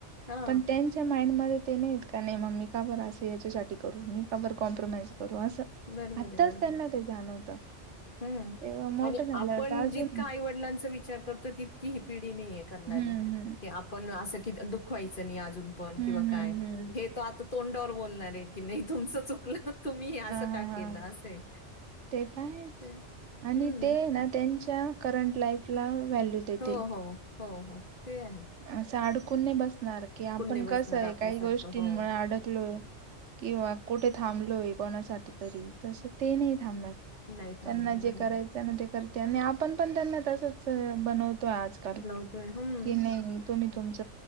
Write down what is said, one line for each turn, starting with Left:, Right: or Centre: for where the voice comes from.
Left: हा
Right: पण त्यां माइंड मध्ये ते नाहीत का नाही मग मी कार असं याच्यासाठी करू मी कार कॉम्प्रोमाइज करू असं
Left: बरोबर
Right: आत्ताच
Left: आहे बरोबर
Right: त्यांना
Left: आहे
Right: ते जाणवतं
Left: हम्म
Right: तेव्हा मोठं
Left: आणि
Right: झाल्यावर
Left: आपण
Right: तर अजून
Left: जितका आईवडिलांचा विचार करतो तितकी ही पिढी नाहीयेत
Right: हम्म हम्म
Left: आपण अस दुखवायचं नाही अजून पण
Right: हम्म
Left: किंवा काय
Right: हम्म हम्म
Left: हे आ तोंडावर बोलणार आहे की नाही तुमचं चुकलं तुम्ही हे असं
Right: हां
Left: का
Right: हां
Left: केलं असं आहे
Right: ते तर आहेच
Left: ते
Right: आणि
Left: हम्म
Right: ते ना त्यांच्या करंट लाईफ ला व्हॅल्यू देतील
Left: हो हो हो हो ते आहेत
Right: असं अडकून नाही बसणार की आपण
Left: नाही बसणार
Right: कसं आहे
Left: आपल्यासारखं
Right: काही गोष्टींमुळे
Left: हो
Right: अडकलो किंवा कुठे थांबलोय कोणासाठी तरी तसं ते नाही थांबणार
Left: नाही थांबणार
Right: त्यांना जे
Left: बरोबर
Right: करायचंना
Left: आहे.
Right: ते करते आणि आपण पण त्यांना तसच बनवत तो आजकाल
Left: य हम
Right: कि नाही तुम्ही तुमच